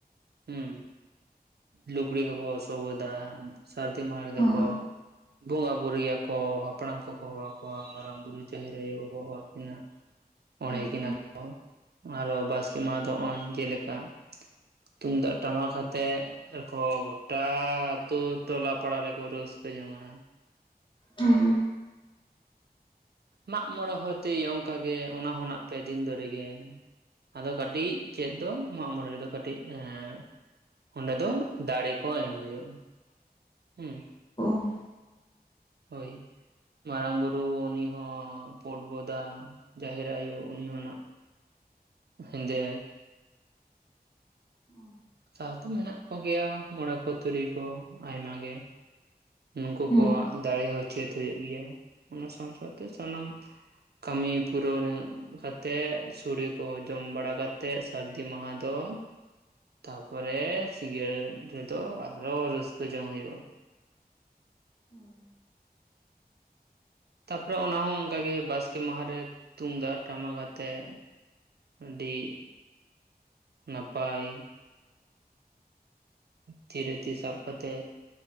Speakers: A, on the right; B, on the left.
A: ᱦᱩᱸ᱾ ᱞᱩᱜᱽᱲᱤ ᱠᱚᱠᱚ ᱥᱚᱵᱚᱫᱟ ᱥᱟᱹᱨᱫᱤ ᱢᱟᱦᱟ ᱨᱮ
B: ᱦᱚᱸ
A: ᱫᱚᱠᱚ ᱵᱚᱸᱜᱟ ᱵᱩᱨᱩᱭ ᱟᱠᱚ ᱦᱟᱯᱲᱟᱢ ᱠᱚᱠᱚ ᱦᱚᱦᱚ ᱟᱠᱚᱣᱟ ᱢᱟᱨᱟᱝ ᱵᱩᱨᱩ ᱡᱟᱦᱮᱨ ᱟᱭᱚ ᱠᱚᱠᱚ ᱦᱚᱦᱚ ᱟᱠᱤᱱᱟ ᱾ ᱚᱲᱦᱮ
B: ᱦᱮᱸ
A: ᱠᱤᱱᱟ
B: ᱦᱮᱸ
A: ᱟᱨᱚ ᱵᱟᱥᱠᱮ ᱢᱟᱦᱟ ᱫᱚ ᱦᱚᱸᱜᱼᱚᱭ ᱡᱮᱞᱮᱠᱟ ᱛᱩᱢᱫᱟᱜ ᱴᱟᱢᱟᱠ ‌ᱟᱛᱮ ᱨᱮ ᱠᱚ ᱜᱚᱴᱟ ᱟᱛᱩ ᱴᱚᱞᱟ ᱯᱟᱲ ᱨᱮ ᱠᱚ ᱨᱟᱹᱥ ᱠᱟᱹᱡᱚᱝᱟ᱾
B: ᱦᱮᱸ
A: ᱢᱟᱜ ᱢᱚᱸᱬᱮ ᱦᱚᱭ ᱛᱮ ᱚᱱᱠᱟ ᱜᱮ ᱚᱱᱟ ᱦᱚᱸᱱᱟᱜ ᱯᱮ ᱫᱤᱱ ᱫᱷᱳᱨᱮ ᱜᱮ᱾ ᱟᱫᱚ ᱠᱟᱹᱴᱤᱡ ᱪᱮᱫ ᱫᱚ ᱢᱟᱜ ᱢᱚᱸᱬᱮ ᱨᱮᱫᱚ ᱠᱟᱹᱴᱤᱡ ᱮᱸ ᱚᱸᱰᱮ ᱫᱚ ᱫᱟᱲᱮ ᱠᱚ ᱮᱢ ᱦᱩᱭᱩᱜ ᱦᱮᱸ᱾
B: ᱚ᱾
A: ᱦᱳᱭ᱾ ᱢᱟᱨᱟᱝ ᱵᱩᱨᱩ ᱩᱱᱤ ᱦᱚᱸ ᱯᱳᱸᱰ ᱵᱚᱫᱟ ᱡᱟᱦᱮᱨ ᱟᱭᱳ ᱩᱱᱤ ᱦᱚᱸ ᱱᱟᱜ ᱦᱮᱸᱫᱮ
B: ᱚ᱾
A: ᱥᱟᱶ ᱫᱚ ᱢᱮᱱᱟᱜ ᱠᱚ ᱜᱮᱭᱟ ᱢᱚᱸᱬᱮ ᱠᱚ ᱛᱩᱨᱩᱭ ᱠᱚ ᱟᱭᱢᱟ ᱜᱮ᱾ ᱱᱩᱠᱩ
B: ᱦᱮᱸ
A: ᱠᱚᱣᱟᱜ ᱫᱟᱲᱮ ᱦᱚᱸ ᱪᱮᱫ ᱦᱩᱭᱩᱜ ᱜᱮᱭᱟ ᱚᱱᱟ ᱥᱟᱶ ᱥᱟᱶᱛᱮ ᱥᱟᱱᱟᱢ ᱠᱟᱹᱢᱤ ᱯᱩᱨᱟᱹᱣ ᱠᱟᱛᱮᱫ ᱥᱳᱲᱮ ᱠᱚ ᱡᱚᱢ ᱵᱟᱲᱟ ᱠᱟᱛᱮᱫ ᱥᱟᱹᱨᱫᱤ ᱢᱟᱦᱟ ᱫᱚ ᱛᱟᱯᱚᱨᱮ ᱥᱤᱸᱜᱟᱹᱲ ᱨᱮᱫᱚ ᱟᱨᱚ ᱨᱟᱹᱥᱠᱟᱹ ᱡᱚᱝ ᱦᱳᱭᱳᱜᱼᱟ᱾
B: ᱦᱳᱭ᱾
A: ᱛᱟᱯᱚᱨᱮ ᱚᱱᱟᱦᱚᱸ ᱚᱱᱠᱟᱜᱮ ᱵᱟᱥᱠᱮ ᱢᱟᱦᱟ ᱨᱮ ᱛᱩᱢᱫᱟᱜ ᱴᱟᱢᱟᱠ ᱟᱛᱮᱜ᱾ ᱟᱹᱰᱤ ᱱᱟᱯᱟᱭ᱾ ᱛᱤᱨᱮ ᱛᱤ ᱥᱟᱵ ᱠᱟᱛᱮ